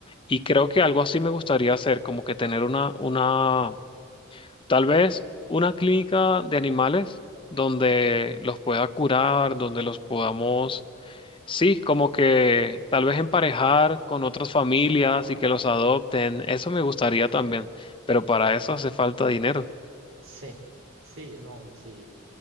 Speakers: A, on the left; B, on the right.
A: y creo que algo así me gustaría hacer, como que tener una, una, tal vez una clínica de animales donde los pueda curar, donde los podamos Sí, como que tal vez emparejar con otras familias
B: sí, ah,
A: y que los adopten, eso me gustaría
B: qué lindo.
A: también, pero para eso hace falta dinero.
B: Sí, sí, no, sí.